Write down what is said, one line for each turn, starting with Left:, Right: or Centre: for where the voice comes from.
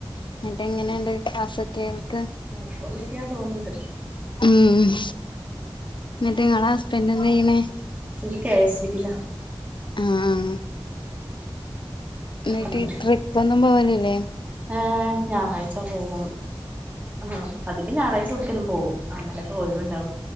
Left: എന്നിട്ട് എങ്ങനെണ്ട് ക്ലാസ് കേൾക്ക്
Right: ഒപ്പന്നില്ല തോന്നുന്നുണ്ട്
Left: ഉം എന്നിട്ട് ഇങ്ങളെ ഹസ്ബൻഡെന്തായ്യ്ണെ?
Right: ഓര് കെ എസ് സിബില
Left: ആഹ് എന്നിട്ട്
Right: ഒന്ന്
Left: ട്രിപ്പ് ഒന്നും പോവലില്ലെ
Right: ഏഹ് ഞായറാഴ്ച പോവും. ആഹ് അതികം ഞായറാഴ്ച ഏവ്ടക്കേലും പോവും അന്നലെപ്പൊ ഒഴിവുണ്ടാവ